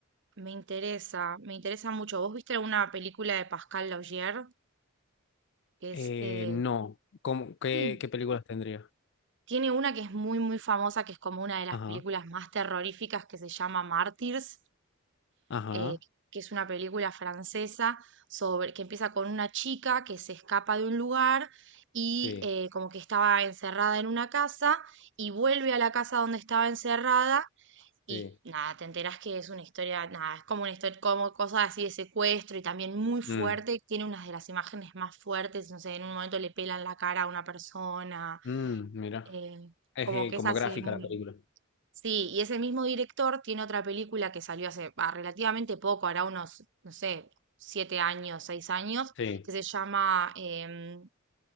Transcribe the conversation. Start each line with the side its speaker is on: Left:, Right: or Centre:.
Right: Me interesa, me interesa mucho. ¿Vos viste alguna película de Pascal Laugier? Que es
Left: Eh,
Right: eh,
Left: no, ¿Cómo- qué,
Right: Mm.
Left: qué películas tendría?
Right: Tiene una que es muy, muy famosa, que es como una de las
Left: Ajá,
Right: películas más terroríficas, que se llama Martyrs,
Left: ajá,
Right: eh, que es una película francesa sobre, que empieza con una chica que se escapa de un lugar y
Left: sí,
Right: eh, como que estaba encerrada en una casa y vuelve a la casa donde estaba encerrada y
Left: sí.
Right: nada, te enterás que es una historia, nada, es como una historia, como cosas así de secuestro y también muy fuerte,
Left: Mm,
Right: tiene unas de las imágenes más fuertes, no sé, en un momento le pelan la cara a una persona
Left: mm, mira.
Right: eh,
Left: Es
Right: como
Left: eh,
Right: que
Left: como
Right: es así
Left: gráfica
Right: muy...
Left: la película.
Right: Sí, y ese mismo director tiene otra película que salió hace ah, relativamente poco, hará unos, no sé, siete años, seis años,
Left: Sí.
Right: que se llama em,